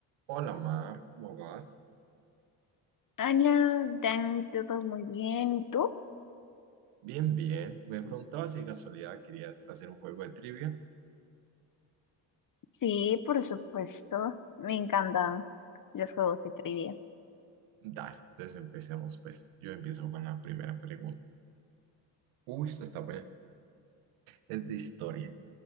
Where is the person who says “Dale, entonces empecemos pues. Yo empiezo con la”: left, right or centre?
Right